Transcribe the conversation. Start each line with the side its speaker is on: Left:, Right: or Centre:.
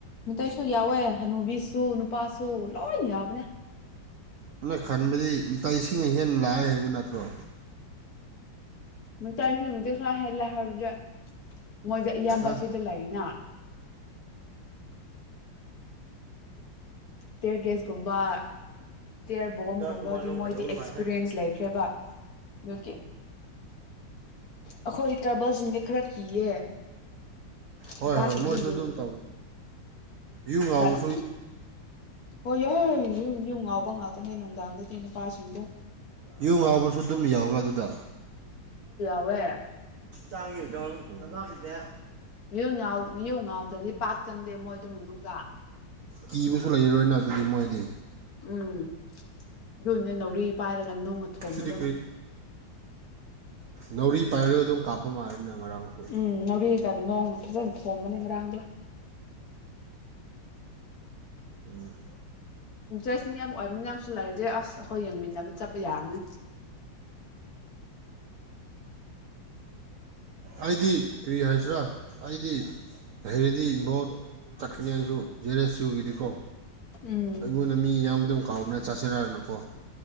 Left: ꯀꯩꯁꯨ ꯌꯥꯎꯋꯦ ꯍꯅꯨꯕꯤꯁ ꯁꯣꯅꯄꯥ ꯁꯣ ꯂꯣꯏ ꯌꯥꯕꯅ
Right: ꯑꯩꯅ ꯈꯟꯕꯗꯤ ꯃꯤꯇ ꯏꯁꯤꯡ ꯑꯍꯦꯟ ꯂꯥꯛꯑ ꯍꯥꯏꯔꯤꯕ ꯅꯠꯇ꯭ꯔꯣ
Left: ꯃ ꯆꯥꯁꯦ ꯦꯂ ꯍꯥꯏꯕꯗ ꯃꯣꯏꯁ ꯑꯌꯥꯝꯕ
Right: ꯍꯥ
Left: ꯁꯤꯗ ꯂꯩꯅ ꯇꯤꯌꯔꯒꯦꯁꯀꯨꯝꯕ ꯇꯤꯌꯔ ꯕꯣꯝꯒꯨꯝꯕꯗꯤ
Right: ꯀꯃ
Left: ꯃꯣꯏꯗꯤ
Right: ꯐꯗ
Left: ꯑꯦꯛꯁꯄꯤꯔꯤꯌꯦꯟꯁ
Right: ꯂꯥꯛꯍꯦ
Left: ꯂꯩꯈ꯭ꯔꯦꯕ ꯑꯗꯨꯒꯤ ꯑꯩꯈꯣꯏ ꯇ꯭ꯔꯥꯏꯕꯦꯜꯁꯤꯡꯗꯤ ꯈꯔ ꯀꯤꯌꯦ
Right: ꯍꯣꯏ
Left: ꯅꯨꯄꯥꯁꯤꯡꯗꯤ
Right: ꯍꯣꯏ ꯃꯣꯏꯁꯨ
Left: ꯌꯨ
Right: ꯑꯗꯨꯝ ꯇꯧ ꯏꯨꯡ ꯑꯥꯎ
Left: ꯑꯗ ꯍ ꯌꯥ ꯎ ꯌꯨꯝ ꯉꯥꯎꯕ ꯉꯥꯛꯇꯅꯦ ꯅꯨꯡꯗꯥꯡꯗꯗꯤ ꯅꯨꯄꯥꯁꯤꯡꯗꯣ
Right: ꯏ ꯃꯥꯕꯨ ꯁꯨ ꯑꯗꯨꯝ ꯌꯥꯎꯕ꯭ꯔꯥ ꯑꯗꯨꯗ
Left: ꯍꯋꯦ
Right: ꯗꯪꯤꯗꯣꯡ ꯉꯕꯤꯗꯦ
Left: ꯌꯨ ꯉꯥꯎ ꯌꯨ ꯉꯥꯎꯗ꯭ꯔꯗꯤ ꯄꯥꯛ ꯆꯪꯗꯦ ꯃꯣꯏꯗꯣ ꯃꯅꯨꯡꯗ
Right: ꯀꯤꯕꯁꯨ ꯂꯩꯔꯣꯏꯅ ꯑꯗꯨꯗꯤ ꯃꯣꯏ
Left: ꯎꯝ ꯑꯗꯨꯅꯦ ꯂꯧꯔꯤ ꯄꯥꯏꯔꯁꯦ ꯅꯣꯡꯅ ꯊꯣꯝꯕꯗꯣ
Right: ꯁꯤꯗꯤ ꯅꯥꯔꯤ ꯄꯥꯏꯔꯒ ꯑꯗꯨꯝ ꯀꯥꯞꯄ ꯃꯥꯜꯂꯦꯅ ꯉꯔꯥꯡꯁꯨ
Left: ꯎꯝ ꯅꯣꯔꯤ ꯅꯣꯡ ꯐꯖꯅ ꯊꯣꯝꯕꯅꯤ ꯉꯔꯥꯡꯒ
Right: ꯎꯝ
Left: ꯏꯟꯇꯔꯦꯁꯇꯤꯡ ꯌꯥꯝ ꯑꯣꯏꯕꯅꯤꯅꯁꯨ ꯂꯩꯔꯗꯤꯦ ꯑꯁ ꯑꯩꯈꯣꯏ ꯌꯦꯡꯃꯤꯟꯅꯕ ꯆꯠꯄ ꯌꯥꯔꯅꯤ
Right: ꯑꯩꯗꯤ ꯀꯔꯤ ꯍꯥꯏꯁꯤꯔꯥ ꯑꯩꯗꯤ ꯍꯔꯤꯗꯤ ꯏꯕꯣꯠ ꯆꯠꯀꯅꯤ ꯑꯩꯁꯨ ꯖꯦꯔ ꯑꯦꯁ ꯌꯨꯒꯤꯗꯤꯀꯣ
Left: ꯎꯝ
Right: ꯑꯩꯉꯣꯟꯗ ꯃꯤ ꯌꯥꯝꯌꯥꯝꯕꯗꯧ ꯀꯥꯎ ꯅꯠꯇꯦ ꯆꯠꯁꯤꯔꯅꯀꯣ